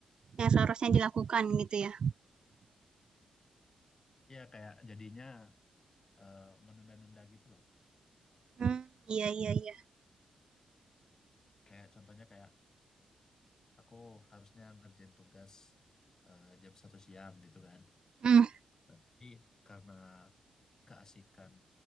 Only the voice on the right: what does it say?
yang seharusnya dilakukan gitu ya.
Hmm, iya, iya, iya.
Hmm,